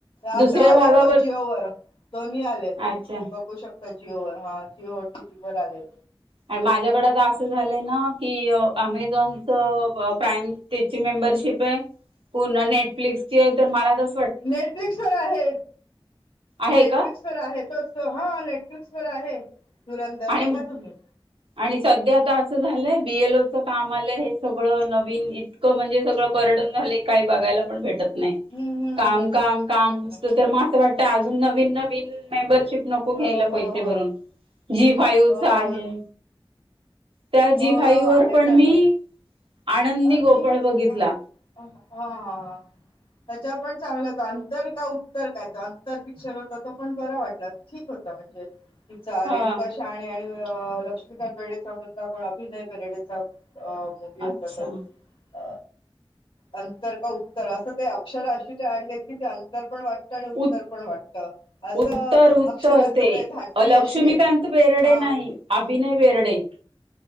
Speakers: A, on the left (about 65°); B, on the right (about 70°).
A: आता
B: दुसऱ्या
A: आलाय
B: भागाबद्
A: तो जिओवरर दोन्ही आले
B: अच्छा
A: बघू शकतोय जिओर हा जिओ ओ टी टी वर आलय
B: आणि माझ्याकडे तर असं झालंय ना की अमेझॉनच प्राइम तेची मेंबरशीप आहे पुन्हा नेटफ्लिक्सची आहे तर मला जसं
A: नेटफ्लिक्स वर आहे
B: आहे
A: नेटफ्लिक्स
B: का
A: वर आहे तोच हा नेटफ्लिक्स वर आहे धूरंदर
B: आणि
A: बघा तुम्ही
B: आणि सध्या आता असं झालंय बीएल ओच काम आलंय हे सगळं नवीन इतकं म्हणजे सगळं बर ड झाले काही बघायला पण भेटत नाही
A: हम्म हम्म.
B: काम काम कामत
A: हम्म
B: तर म असं वाटतं अजून नवीन नवीन मेंबरशिप नको
A: हो
B: घ्यायला
A: हो
B: पैजे
A: हो
B: झी फाईवच
A: हो
B: आहे
A: हो
B: त्या जी
A: हो
B: फाईव्ह
A: हो आहे
B: वर पण
A: सगळं
B: मी आनंदी
A: अ
B: गोपाळ
A: जी
B: बघितला
A: ह ह ह त्याच्या पण चांगलं हो अंतर का उत्तर काय त अंतर पिक्चर होता तो पण बरा वाटला ठीक हो म्हणजे तिचा
B: हा
A: रेणुका शहाणे आणि लक्ष्मीकांत बेर्डेचा मुलगा कोण अभिनय बेर्डेचा अ मुगीत
B: अच्छा
A: अ अंतर का उत्तर असं ते अक्षर अशी ते आणलेत की ते अंतर पण वाटत आणि उत्तर
B: उ
A: पण वाटतं असं
B: उत्तर उत्तर
A: अक्षराचं
B: ते
A: धाटणी
B: लक्ष्मीकांत
A: अशी आहे
B: बेर्डे
A: हा
B: नाही
A: उत-
B: अभिनय बेर्डे